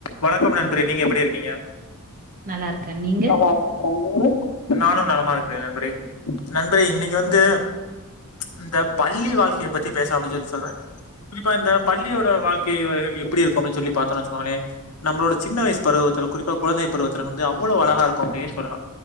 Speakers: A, on the left; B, on the right.
A: வணக்கம் நண்பரே நீங்க எப்டி இருக்கீங்க
B: நல்லா இருக்கே நீங்க
A: நல்லா இருக்கற நீங்க நானும் நலமா இருக்கிறே நண்பரே நண்பரே இன்னைக்கி வந்து இந்தப் பள்ளி வாழ்க்கைய பத்தி பேசலாம் அப்டின்னு சொல்லி சொல்றே குறிப்பா இந்த பள்ளியோட வாழ்க்கைகள் எப்டி இருக்கும் அப்டின்னு சொல்லி பாத்தோம்ன்னு வெச்சிக்கோங்களே நம்மளோட சின்ன வயசு பருவத்துல குறிப்பா குழந்தை பருவத்துல வந்து அவ்ளோ அழகா இருக்கும் அப்டின்னு சொல்லலா